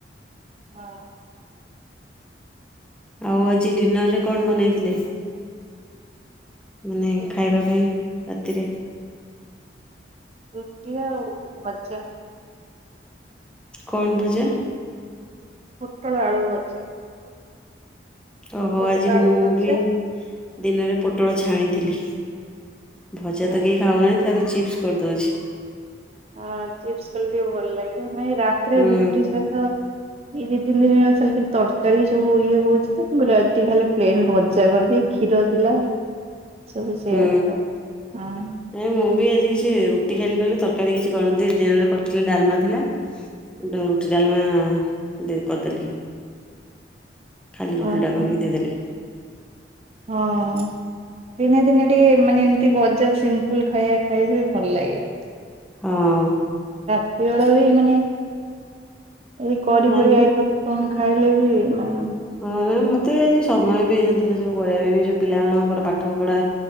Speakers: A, on the right; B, in the centre.
A: ଆସିଛି
B: ଆଉ ଆଜି ଡିନରରେ କଣ ବନେଇଥିଲେ। ମାନେ
A: ହଁ।
B: ଖାଇବା ପାଇଁ ରାତିରେ।
A: ରୁଟି ଆଉ ଭଜା।
B: କଣ ଭଜା।
A: ପୋଟଳ ଆଳକୁ ଭଜା।
B: ଓହୋ
A: ପୋଟଳ
B: ଆଜି
A: ଆଳୁ
B: ମୁଁ
A: ଭଜା
B: ବି ଦିନରେ ପୋଟଳ ଛା ଛାଣିଥିଲି ଭଜା
A: ହଁ।
B: ତ କେହି ଖାଉନାହାନ୍ତି ତାକୁ ଚିପ୍ସ କରିଦଉଛି।
A: ହଁ ଚିପସ କଲେ ଟିକେ ଭଲ ଲାଗିବ ନାଇଁ ରାତିରେ
B: ହୁଁ
A: ରୁଟି ସହିତ ଏଇ ଦି ତିନି ଦିନ ହେ ତରକାରୀ ସବୁ ଇଏ ହଉଛି ତ ମୁଁ କହିଲ ଟିକେ ଖାଲି ପ୍ଲେନ ଭଜା କରିଦିଏ। କ୍ଷୀର ଥିଲା। ସବୁ ସେଇଆ
B: ହୁଁ
A: ଖାଏ ହଁ
B: ଯୋଉ ମୁଁ ବି ଆଜି କିଛି ରୁଟି ଖାଲି କ ତରକାରୀ କିଛି କରନ୍ତି ଦିନରେ କରିଥିଲେ ଡାଲମା ଥିଲା। ରୁଟି ଡାଲମା କରିଦେଲି। ଖାଲି ରୁଟିଟା
A: ଓହୋ
B: କରିକି
A: ହଁ।
B: ଦେଇଦେଲି।
A: ହଁ ଦିନେ ଦିନେ ଟେ ମାନେ ଏମିତି ଭଜା ସିମ୍ପୁଲ ଖାଇବା ଖାଇବେ ଭଲ ଲାଗିବ।
B: ହଁ।
A: ସେଇଭଳିଆ ବି ମାନେ ଏ କରି
B: ମ୍ୟାମ୍
A: ଫରି ଆଇଟମ ଖାଇଲେ ବି ମାନେ
B: ହଁ ରେ ମୁଁ। ମତେ ଆଜି ସମୟ ବି ହେଇନଥିଲା ସବୁ କରିବା ପାଇଁ ବି ଯୋଉ ପିଲାମାନଙ୍କର ପାଠ ପଢା